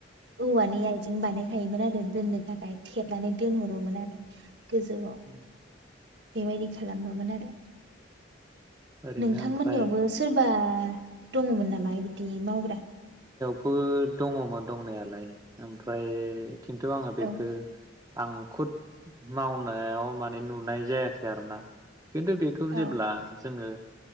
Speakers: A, on the right; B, on the right.
A: औवानि आयजें बानाय थायोमोन आरो दोननो थाखाय। थेबनानै दोनहरोमोन आरो गोजौआव
B: उम
A: बेबायदि खालामोमोन आरो
B: ओरैनो
A: नोंथां
B: ओमफ्राय
A: मोननियावबो सोरबा दङमोन नामा इबि दि मावग्रा
B: बो दङ मोन दंनायालाय ओमफ्राय खिन्थु आङो बेखो
A: औ
B: आं खुद माव नायाव माने नुनाय जाया खै आरोना। खिन्थु बेखौ
A: औ
B: जेब्ला जोङो